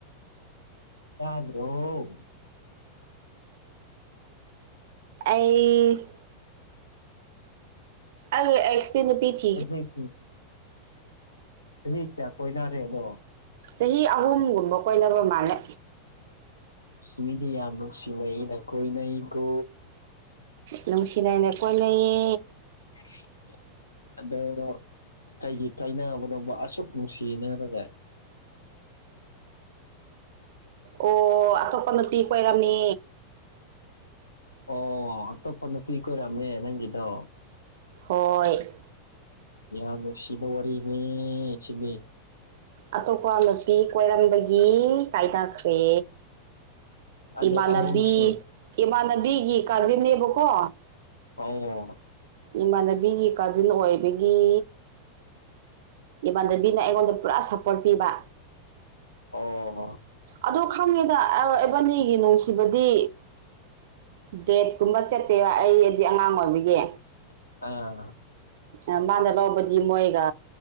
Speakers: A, on the left (about 80°); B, on the right (about 55°).
A: ꯇꯥꯗ꯭ꯔꯣ
B: ꯑꯩ ꯑꯩ ꯑꯦꯛꯁꯇꯤ ꯅꯨꯄꯤ ꯊꯤ
A: ꯆꯍꯤ ꯀꯨꯟ ꯆꯍꯤ ꯀꯌꯥ ꯀꯣꯏꯅ ꯔꯦꯗꯣ
B: ꯆꯍꯤ ꯑꯍꯨꯝꯒꯨꯝꯕ ꯀꯣꯏꯅꯕ ꯃꯥꯜꯂꯦ
A: ꯏꯁ ꯃꯤꯗꯤ ꯌꯥꯝ ꯅꯨꯡꯁꯤꯅꯩ ꯅ ꯀꯣꯏꯅꯩ ꯀꯣ
B: ꯅꯨꯡꯁꯤ ꯅꯥꯅ ꯀꯣꯏꯅꯩꯌꯦ
A: <inaudible> ꯑꯗꯣ ꯀꯩꯒꯤ ꯀꯥꯏꯅꯕꯅꯣꯕ ꯑꯁꯨꯛ ꯅꯨꯡꯁꯤꯅꯔꯒ
B: ꯑꯣ ꯑꯇꯣꯞꯄ ꯅꯨꯄꯤ ꯀꯣꯏꯔꯝꯃꯦ
A: ꯑꯣ ꯑꯇꯣꯞꯄ ꯅꯨꯄꯤ ꯀꯣꯏꯔꯝꯃꯦ ꯅꯪꯒꯤꯗꯣ
B: ꯍꯣꯏ
A: ꯌꯥꯝ ꯅꯨꯡꯁꯤꯕ ꯋꯥꯔꯤꯅꯤ ꯁꯤꯗꯤ
B: ꯑꯇꯣꯞꯄ ꯅꯨꯄꯤ ꯀꯣꯏꯔꯝꯕꯒꯤ ꯀꯥꯏꯅꯈ꯭ꯔꯦ
A: ꯑꯗꯣ
B: ꯏꯃꯥꯟꯅꯕꯤ
A: ꯑꯍꯨꯝꯁꯨ
B: ꯏꯃꯥꯟꯅꯕꯤꯒꯤ ꯀꯥꯖꯤꯟꯅꯦꯕꯀꯣ
A: ꯑꯧꯋꯣ
B: ꯏꯃꯥꯟꯅꯕꯤꯒꯤ ꯀꯥꯖꯤꯟ ꯑꯣꯏꯕꯒꯤ ꯏꯃꯥꯟꯗꯕꯤꯅ ꯑꯩꯉꯣꯟꯗ ꯄꯨꯔꯥ ꯁꯞꯄꯣꯔꯠ ꯄꯤꯕ
A: ꯑꯣ ꯑꯣ ꯍꯣ
B: ꯑꯗꯨ ꯈꯪꯉꯦꯗ ꯑꯥ ꯑꯦꯕꯥꯅꯤꯒꯤ ꯅꯨꯡꯁꯤꯕꯗꯤ ꯗꯦꯠ ꯀꯨꯝꯕ ꯆꯠꯇꯦꯕ ꯑꯩ ꯑꯗꯤ ꯑꯉꯥꯡ ꯑꯣꯏꯕꯒꯤ
A: ꯑꯥ
B: ꯑꯥ ꯃꯥꯅ ꯂꯧꯕꯗꯤ ꯃꯣꯏꯒ